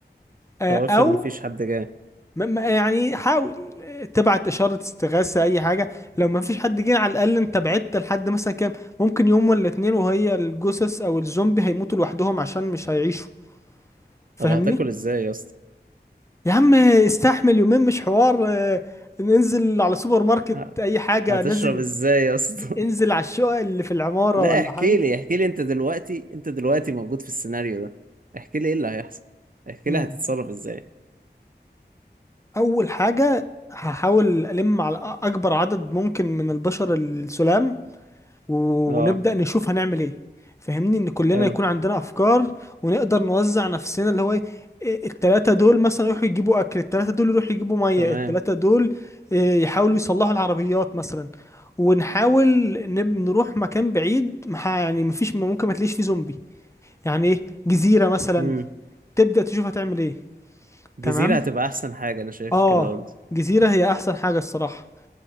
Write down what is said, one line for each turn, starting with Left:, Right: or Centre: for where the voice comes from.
Left: آه،
Right: طب افرض
Left: او
Right: مفيش حد جاي
Left: م- م- يعني حاول آه، تبعت اشاره استغاثه اي حاجه لو ما فيش حد جه على الاقل انت بعدت لحد مثلا كام ممكن يوم ولا اتنين وهي الجثث او الزومبي هيموتوا لوحدهم عشان مش هيعيشوا فاهمني
Right: طب هتاكل ازاي يا اسطى
Left: يا عم استحمل يومين مش حوار آه، ننزل على سوبر ماركت
Right: ه-
Left: اي حاجه
Right: هتشرب
Left: نزل
Right: ازاي يا اسطى <laughs>
Left: انزل على الشقق اللي في العماره
Right: لا
Left: ولا
Right: احكي
Left: حاجه
Right: لي احكي لي انت دلوقتي انت دلوقتي موجود في السيناريو ده احكي لي ايه اللي هيحصل احكي
Left: مم.
Right: لي هتتصرف ازاي
Left: اول حاجه هحاول الم على اكبر عدد ممكن من البشر السلام ونبدأ
Right: اه
Left: نشوف هنعمل ايه فهمني ان كلنا
Right: حلو
Left: يكون عندنا افكار ونقدر نوزع نفسنا اللي هو ايه إيه، التلاتة دول مثلا يروحوا يجيبوا اكل التلاتة دول يروحوا يجيبوا مية
Right: تمام
Left: التلاتة دول إيه، يحاولوا يصلحوا العربيات مثلا ونحاول نب- نروح مكان بعيد مح- يعني مفيش ممكن ما تلاقيش فيه زومبي يعني ايه جزيرة مثلا
Right: امم
Left: تبدأ تشوف هتعمل ايه
Right: جزيرة
Left: تمام
Right: هتبقى احسن حاجة انا شايف
Left: اه
Right: كده برضه
Left: جزيرة هي احسن حاجة الصراحة